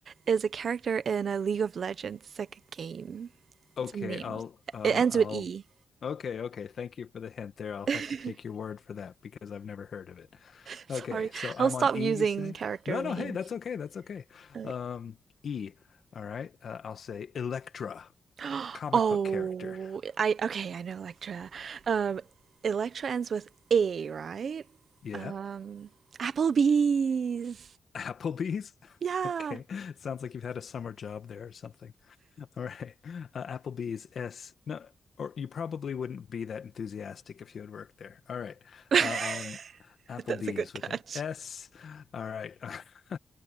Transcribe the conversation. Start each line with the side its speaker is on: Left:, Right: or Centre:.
Right: is a character in a League of Legends. It's like a game.
Left: Okay,
Right: It's a name
Left: I'll
Right: of
Left: um
Right: it ends
Left: I'll
Right: with E.
Left: okay, okay. Thank you for the hint there. I'll
Right: <laughs>
Left: have to take your word for that because I've never heard of it.
Right: Sorry,
Left: Okay, so I'm
Right: I'll stop
Left: on E,
Right: using
Left: you say?
Right: character
Left: No, no,
Right: names.
Left: hey, that's okay. That's okay.
Right: Okay.
Left: Um, E. All right. Uh, I'll say Electra,
Right: <gasps>
Left: a comic
Right: Oh,
Left: book character.
Right: I okay, I know Electra. Um, Electra ends with A, right?
Left: Yeah.
Right: Um, Applebee's.
Left: <laughs> Applebee's?
Right: Yeah.
Left: Okay. Sounds like you've had a summer job there or something. <laughs> All right. Uh, Applebee's S. No, or you probably wouldn't be that enthusiastic if you had worked there. All right.
Right: Yeah.
Left: Um,
Right: <laughs>
Left: Applebee's
Right: <laughs> That's a good
Left: with
Right: catch.
Left: an S. All right. <laughs>